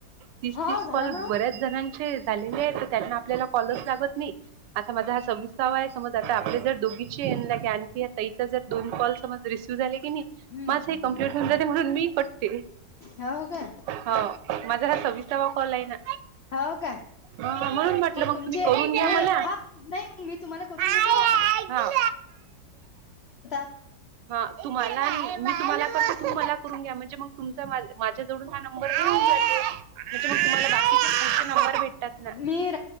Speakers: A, on the right; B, on the left.
A: तीस
B: हा
A: तीस
B: झाला
A: कॉल
B: ना
A: बऱ्याच जणांचे झालेले आहेत. कारण आपल्याला कॉलच लागत नई. आता माझा हा सवि सावा आहे. समज आता आपले जर डोघीचे ये आणखी या ताईचा जर दोन कॉल समज रिसीव्ह झाले की नई
B: हम्म
A: माझी कम्प्लीट होऊन म्हणून मी पण
B: हो काय
A: हो माझा हा सविस्तावा कॉल आहे ना.
B: हो काय
A: हां म्हणून म्हटलं मग
B: तुमचे
A: तुम्ही करून द्या
B: नाही
A: मला.
B: हा नाही मग मी तुम्हाला करून
A: हा.
B: घेतो <unintelligible>
A: हा तुम्हाला मी तुम्हाला करतो तुम्हाला करून घ्या म्हणजे मग तुमचा माज माझ्या जवडून हा नंबर हे हुन जाते. म्हणजे मग तुम्हाला बाकीचे नंबर भेटतात ना?
B: मी